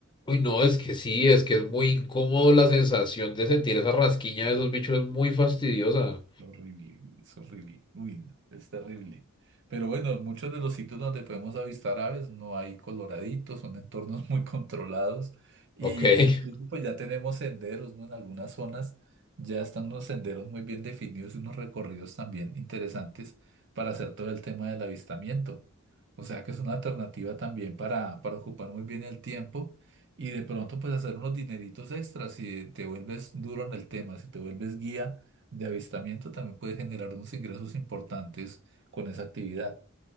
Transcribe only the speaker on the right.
Horrible, es horrible. Uy, no, es terrible. Pero bueno, en muchos de los sitios donde podemos avistar aves no hay coloraditos, son entornos <laughs> muy controlados. Y
incluso
pues ya tenemos senderos, ¿no? En algunas zonas ya están unos senderos muy bien definidos y unos recorridos también interesantes para hacer todo el tema del avistamiento. O sea que es una alternativa también para, para ocupar muy bien el tiempo y de pronto pues hacer unos dineritos extras si te vuelves duro en el tema, si te vuelves guía de avistamiento también puede generar unos ingresos importantes con esa actividad.